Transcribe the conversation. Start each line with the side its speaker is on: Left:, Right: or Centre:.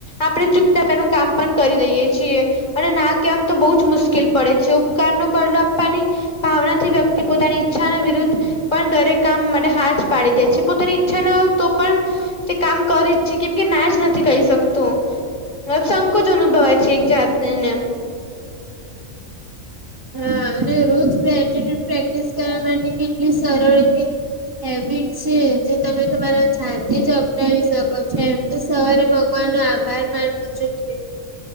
Left: આપડે ચુપચાપ એનું કામ પણ કરી દઈયે છીએ અને ના કેવા માતો બહુ જ મુશ્કેલ પડે છે ઉપકારનો બદલો આપવાની ભાવના થી વ્યક્તિ પોતાની ઈચ્છા વિરુદ્ધ પણ દરેક કામ માટે હા જ પાડી દે છે પોતાની ઈચ્છા ના હોય તો પણ તે કામ કરી જ છે કેમ કે ના જ નથી કહી શકતું સંકોચ અનુભવાય છે એક જાતને એમ
Right: હા અને રોજ ગરેટીટ્યુડ પ્રેક્ટિસ કરવા માટે કેટલી સરળ એવી હેબિટ છે જે તમે તમારાજાતે જ અપનાવી શકો છો એમ તો સવારે ભગવાન નો આભાર માનવો જોઈએ